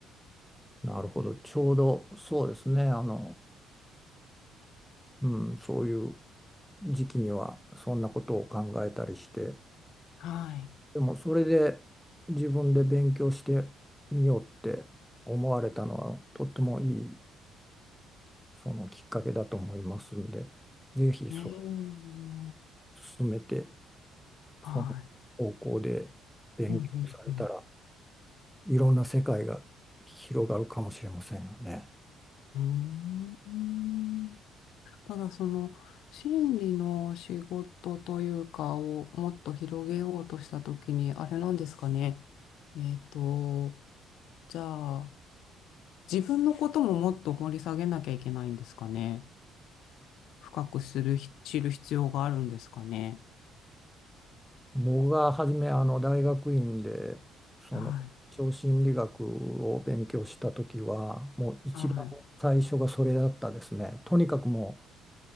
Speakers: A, in the centre; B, on the left (about 75°).
A: なるほど。ちょうどそうですね。あの、うん、そういう時期にはそんなことを考えたりして、
B: はい。
A: でもそれで自分で勉強してみようって思われたのはとってもいいそのきっかけだと思いますんで、ぜひそれを
B: ええ
A: 進めて
B: はい。
A: その方向で勉強されたら、
B: うん、うん、
A: いろんな世界が広がるかもしれませんよね。
B: うん。うーんただその心理の仕事というかをもっと広げようとしたときに、あれなんですかね。えっと、じゃあ自分のことももっと掘り下げなきゃいけないんですかね。深くする、知る必要があるんですかね。
A: 僕が初めあの大学院でその超心理学
B: はい。
A: を勉強した時はもう一番最初がそれだったですね。
B: はい。
A: とにかくも